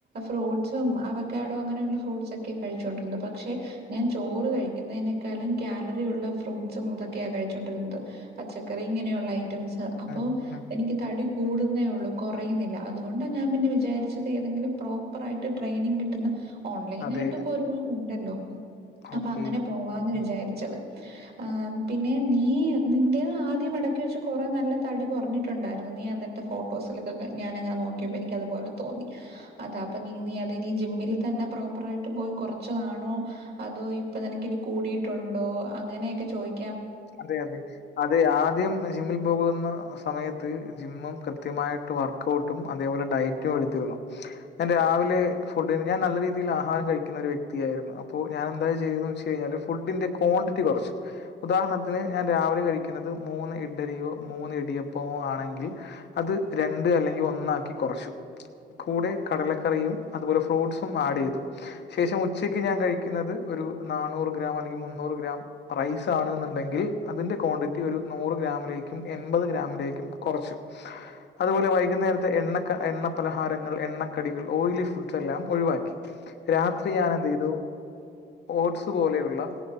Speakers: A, on the right (about 55°); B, on the left (about 60°).
A: ഫ്രൂട്ട്സും അവക്കാടോ അങ്ങനെയുള്ള ഫ്രൂട്ട്സ് ഒക്കെ കഴിച്ചോണ്ടിര്ന്നെ പക്ഷെ ഞാൻ ചോറ് കഴിക്കുന്നെയ്നേക്കാളും കാലറി ഉള്ള ഫ്രൂട്ട്സും ഇതൊക്കെയാ കഴിച്ചോണ്ടിര്ന്നത് പച്ചക്കറി ഇങ്ങനെയുള്ള ഐയ് റ്റംസ് അപ്പോ
B: ഉം ഉം
A: എനിക്ക് തടി കൂടുന്നേ ഒള്ളൂ കൊറയുന്നില്ല അതുകൊണ്ട് ഞാൻ പിന്നെ വിചാരിച്ചത് ഏതെങ്കിലും പ്രോ പ്പറായിട്ട് ട്രെയിനിങ് കിട്ടുന്ന ഓൺലൈൻ
B: അതെ
A: ആയിട്ട് ഇപ്പ ഒരുപാട് ഉണ്ടല്ലോ അപ്പൊ
B: ഓക്കെ
A: അങ്ങനെ പോവാന്ന്
B: ഉം
A: വിചാരിച്ചത് ഏ പിന്നെ നീ നീ നിന്റെത് ആദ്യം മടക്കി വെച്ച കൊറെ നല്ല തടി കൊറഞ്ഞിട്ട് ഇണ്ടായിര്ന്നു നീ അന്നിട്ട് ഫോട്ടോസിലൊക്കെ ഞാനങ്ങനെ നോക്കിയപ്പോ എനിക്ക് അതുപോലെ തോന്നി അതാ അപ്പൊ നീ നീ അത് നീ ജിമ്മിൽ തന്നെ പ്രോപ്പർ ആയിട്ട് പോയി കൊറച്ചതാണോ അതോ ഇപ്പൊ നിനക്ക് ഇനി കൂടിയിട്ടുണ്ടോ അങ്ങനെയെക്കെ ചോയ്
B: അതെ അതെ അതെ ആദ്യം ജിമ്മിൽ പോകുന്ന സമയ ത്ത് ജിമ്മും കൃത്യമായിട്ട് വർക്ക് ഔട്ടും അതേപോലെ ഡയറ്റും എടുത്തിരുന്നു ഞാൻ രാവിലെ ഫുഡ്ന് ഞാൻ നല്ല രീതിയിൽ ആഹാരം കഴിക്കുന്ന ഒരു വ്യക്തിയായിരുന്നു അപ്പൊ ഞാൻ എന്താ ചെയ്തെന്ന് വെച്ച് കഴിഞ്ഞാല് ഫുഡിന്റെ ക്വാണ്ടിറ്റി കൊറച്ചു ഉദാഹരണത്തിന് ഞാൻ രാവിലെ കഴിക്കുന്നത് മൂന്ന് ഇഡ്‌ലിയോ മൂന്ന് ഇടിയപ്പമോ ആണെങ്കിൽ അത് രണ്ട് അല്ലെങ്കിൽ ഒന്നാക്കി കൊറച്ചു കൂടെ കടലക്കറിയും അതുപോലെ ഫ്രൂട്ട്സും ആഡ് ചെയ്തു ശേഷം ഉച്ചയ്ക്ക് ഞാൻ കഴിക്കുന്നത് ഒരു നാനൂറ് ഗ്രാം അല്ലെങ്കിൽ മുന്നൂറ് ഗ്രാം റൈസ് ത്താണ്ന്ന് ഇണ്ടെങ്കിൽ അതിന്റെ ക്വാണ്ടിറ്റി ഒരു നൂറ് ഗ്രാമിലേക്കും എൺപത് ഗ്രാമിലേക്കും കൊറച്ചു അതുപോലെ വൈകുന്നേരത്തെ എണ്ണ ക എണ്ണ പലഹാരങ്ങൾ എണ്ണക്കടികൾ ഓയിലി ഫുഡ്സ് എല്ലാം ഒഴിവാക്കി രാത്രി ഞാൻ എന്ത് ചെയ്തു ഓട്സ് പോലെയുള്ള